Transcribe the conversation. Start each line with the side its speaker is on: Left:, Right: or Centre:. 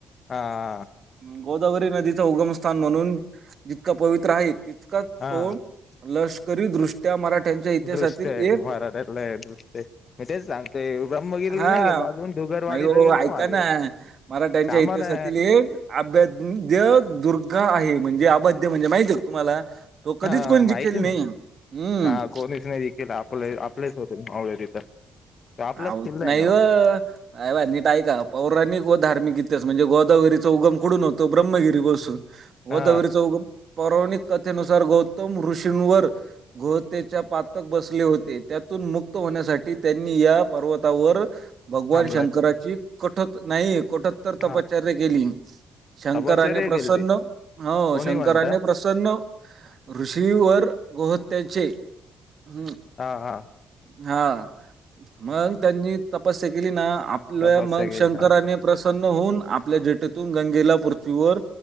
Left: हा.
Right: गोदावरी नदीच उगमस्थान म्हणून जितका पवित्र आहे, तितकांच
Left: हा
Right: तो लष्करी दृष्ट्या मराठ्यांच्या इतिहासातील
Left: दृष्ट
Right: एक
Left: <unintelligible> हे तेच ना, ते ब्रह्मगिरला
Right: हा
Left: नाही गेलो अजून डुगरवाडीला
Right: नाही हो
Left: गेलो
Right: ऐका
Left: मागे.
Right: ना मराठ्यांच्या
Left: कामा
Right: इतिहासातील
Left: ना
Right: एक अभद्य दुर्गा आहे, म्हणजे अभद्य म्हणजे माहती आहे का तुम्हाला? तो कधीच
Left: हा
Right: कोणी जिंकलेला
Left: माहिती
Right: नाही.
Left: ना
Right: हम्म.
Left: हा. कोणीच नाही जिंकलेला. आपले-आपलेच होते मावळे तिथं. तो आपलाच
Right: अहो
Left: किल्ला आहे
Right: नाही
Left: ना हो.
Right: ओ. अ बा नीट ऐका. पौराणिक व धार्मिक इतिहास म्हणजे गोदावरीचा उगम कुडून होतो ब्रह्मगिरी पासून.
Left: हा
Right: गोदावरीचा उगम पौराणिक कथेनुसार गौतम ऋषींवर गवतेच्या पातक बसले होते. त्यातून मुक्त होण्यासाठी त्यांनी या पर्वतावर भगवान
Left: हमला
Right: शंकराची
Left: केला
Right: कठोत्तर नाही कठोत्तर तपस्या
Left: हा
Right: केली. शंकराने
Left: तपश्चर्या
Right: प्रसन्न
Left: केलती
Right: हो
Left: कोणी
Right: शंकराने
Left: म्हणता
Right: प्रसन्न न ऋषीवर गोहत्याचे ह
Left: हा हा.
Right: हा मग त्यांनी तपस्या केली ना. आपल्या
Left: तपश्चर्या
Right: मग
Left: केली
Right: शंकराने
Left: हा
Right: प्रसन होऊन आपल्या जटेतून गंगेला पृथ्वीवर